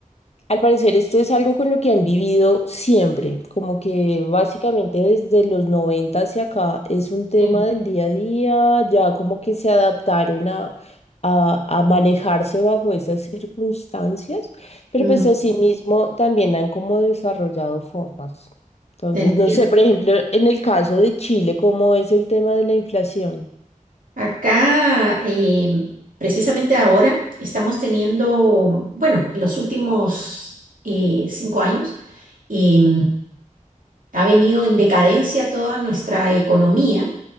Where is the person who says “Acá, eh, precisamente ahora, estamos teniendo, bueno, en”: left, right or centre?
Right